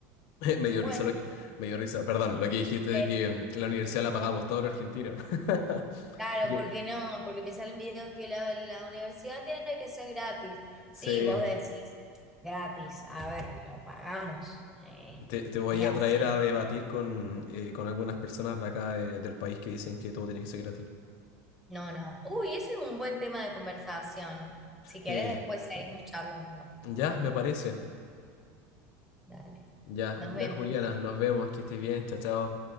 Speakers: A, on the left; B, in the centre.
A: <laughs> Me
B: Bueno,
A: dio risa lo que, me dio risa, perdón, lo que dijiste de
B: eh,
A: que mm, la universidad la pagamos todos los argentinos. <laughs>
B: Claro,
A: Que
B: porque no, porque me salen videos que la, la universidad tiene que ser gratis.
A: se-
B: Sí, vos decís, gratis, a ver, lo pagamos. eh,
A: te, te voy
B: es
A: a traer
B: así.
A: a debatir con, eh, con algunas personas de acá de- del país que dicen que todo tiene que ser gratis.
B: No, no. Uy, ese es un buen tema de conversación. Si querés,
A: Eh,
B: después seguimos charlando.
A: ya, me parece.
B: Dale,
A: Ya,
B: nos
A: ya,
B: vemos.
A: Juliana, nos vemos, que estés bien, chao, chao.